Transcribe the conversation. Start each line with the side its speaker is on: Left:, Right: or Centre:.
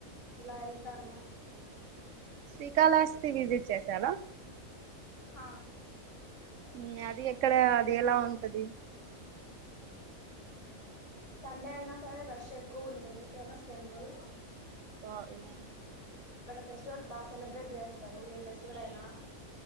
Left: ఇలా వెళ్తాను
Right: శ్రీకాళహస్తి విజిట్ చేశారా
Left: హా
Right: ఉ అది ఎక్కడ అది ఎలా ఉంటది
Left: సండే అయినా సరే రష్ ఎక్కువ ఉంటుంది ఫేమస్ టెంపుల్
Right: హ ఇనను
Left: అక్కడ ఫెస్టివల్స్ బాగా సెలబ్రేట్ చేస్తారు ఏ ఫెస్టివల్ అయినా